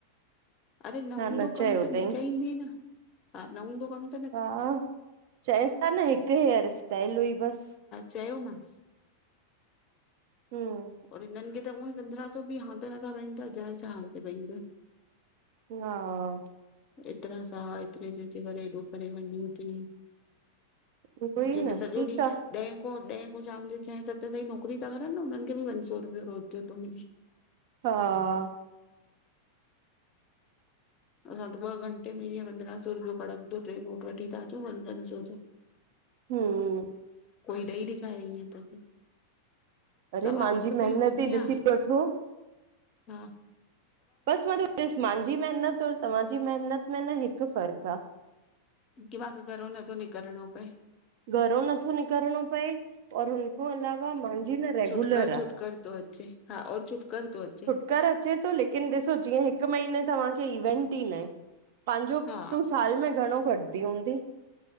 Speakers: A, on the left; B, on the right.
A: अरे न
B: हा
A: हूंदो
B: चयो
A: कम त
B: अथईंसि
A: न चहंदी न हा न हूंदो कम।
B: हा, चएस न हिकु हेयर स्टाइल हुई बस।
A: चयो मां।
B: हम्म।
A: और हिनन खे त उह पंद्रह सौ बि हथ नथा पाईन त ज छा हथ प --
B: हा --
A: एतिरा सां एतिरे जेे करे हेॾो परेे वञो थी।
B: उहो ई
A: जेके
B: न
A: सॼो
B: ठीकु
A: ॾींहुं-
B: आ
A: ॾहें खां ॾहें खां शाम जे छहें सतें ताईं नौकिरी था करनि न उन्हनि खे बि पंज सौ रुपे रोज़ जो थो मिले।
B: हा --
A: असां त ॿ घंटे में ईअं पंद्रहं सौ रुपियो कड़कंदो टे नोट वठी थ अचूं प पंज सौ जो।
B: हम
A: कोई ॾेई ॾेखार ईअ त
B: अरे
A: सवा
B: मुंहिंजी
A: लख
B: महिनत
A: ताईं पुॼी
B: ई ॾिसी
A: आ। हा
B: वठो
A: --
B: बसि मां त ॾिस, मुंहिंजी महिनत और तव्हांजी महिनत में न हिकु फ़र्कु आहे
A: की मां क घरो न त न करिणो पये।
B: घरो नथो निकिरणो पए और हुन अलावा न रेगुलर
A: छुटक छुटक
B: आ
A: थो अचे हा और छुटक थो अचे।
B: कर अचे थो लेकिन ॾिसो जीअं हिकु महीने तव्हांखे इवेंट ई नाहे पंहिंजो
A: हा
B: तूं साल में घणो कटंदी हूंदी?